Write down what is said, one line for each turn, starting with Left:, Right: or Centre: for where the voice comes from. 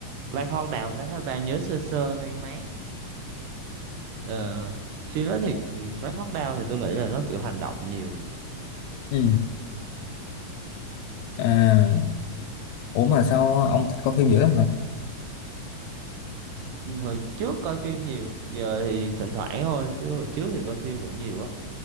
Right: Black Hawk Down Black Hawk Down nhớ sơ sơ mang máng Ờ, phim đó thì ừ, Black Hawk Down thì tôi nghĩ là nó kiểu hành động nhiều
Left: ừ. à, ủa mà sao ông thích coi phim dữ lắm hả
Right: Ờ, hồi trước coi phim nhiều giờ thì thỉnh thoảng thôi chứ hồi trước thì coi phim cũng nhiều á